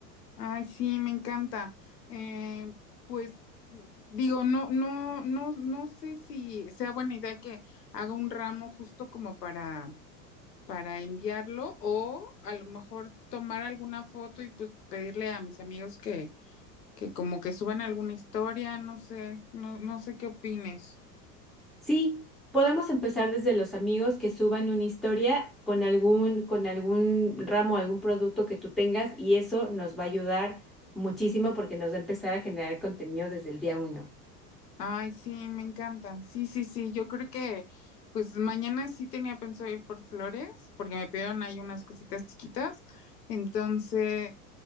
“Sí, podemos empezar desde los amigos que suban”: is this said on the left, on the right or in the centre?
Centre